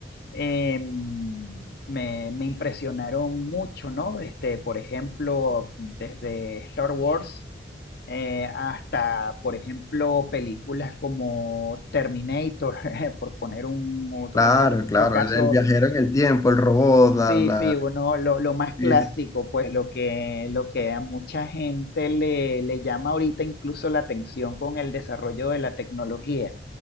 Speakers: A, on the left; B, on the left.
A: eh, me, me impresionaron mucho, ¿no? Este, por ejemplo, desde Star Wars eh, hasta, por ejemplo, películas como Terminator, <laughs> por poner un ot-
B: Claro,
A: otro, otro
B: claro,
A: caso,
B: el, el viajero en el tiempo, el robot, la,
A: sí,
B: la
A: sí, uno, lo, lo más clásico,
B: actriz.
A: pues lo que, lo que a mucha gente le, le llama ahorita incluso la atención con el desarrollo de la tecnología.